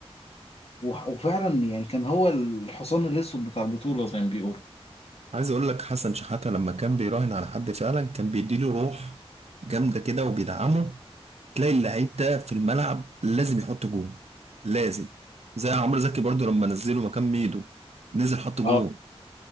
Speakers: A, on the left; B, on the right.
A: و... وفعلا يعني كان هو الحصان الاسود بتاع البطوله زي ما بيقولوا
B: عايز اقول لك حسن شحاتة لما كان بيراهن على حد فعلا كان بيديله روح جامده كده وبيدعمه تلاقي اللعيب ده في الملعب لازم يحط جون لازم زي عمرو زكي برضه لما نزله مكان ميدو نزل حط جون
A: اه